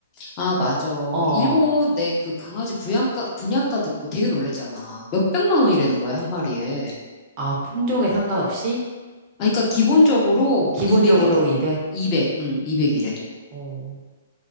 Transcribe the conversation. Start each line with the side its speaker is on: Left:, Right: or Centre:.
Left: 아, 맞아.
Right: 어.
Left: 일본 내 그 강아지 분양가, 분양가 듣고 되게 놀랬잖아. 몇백만 원이라는 거야, 한 마리에.
Right: 아, 품종에 상관없이
Left: 아, 그러니까 기본적으로
Right: 기본적으로
Left: 200이래.
Right: 200.
Left: 200, 응, 200이래.
Right: 어.